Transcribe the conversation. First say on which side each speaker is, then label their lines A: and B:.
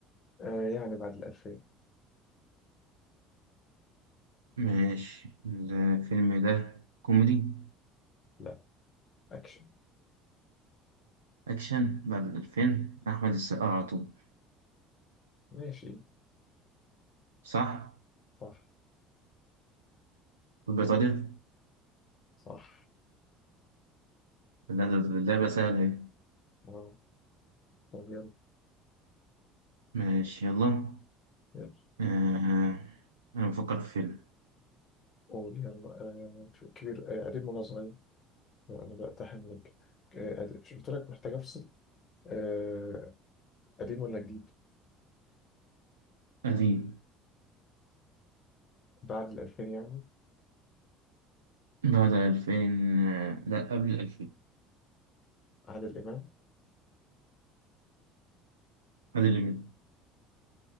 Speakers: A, on the left; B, on the right.
A: آه يعني بعد الألفين
B: ماشي الفيلم ده كوميدي
A: لا أكشن
B: أكشن بعد الألفين أحمد السقا على طول
A: ماشي
B: صح؟
A: صح
B: في بريطانيا
A: صح
B: لا ده ده- ده بقى سهلة ايه
A: واو. طب يلا
B: ماشي يلا
A: يلا
B: آه. أنا بفكر في فيلم
A: قول يلا آه... كبير آه... قديم ولا صغير؟ لا، أنا بقتحم لك آه... قديم. مش قلت لك محتاج أفصل آه... قديم ولا جديد؟
B: قديم
A: بعد الألفين يعني
B: بعد الألفين آه، لا قبل الألفين
A: عادل إمام
B: قبل الألفين